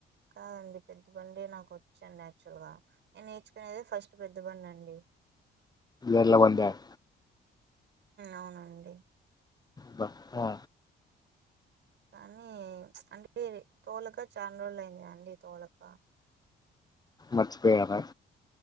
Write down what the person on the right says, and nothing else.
కాదండి పెద్దబండి నాకు వచ్చాండి యాక్చ్యువల్ గా నేను నేర్చుకునేదే ఫస్ట్ పెద్దబండి అండి
అవునండి
కానీ చ్ అనిపియాది మ్ అంటే తోలక చానా రోజులు అయింది కదా అండి తోలక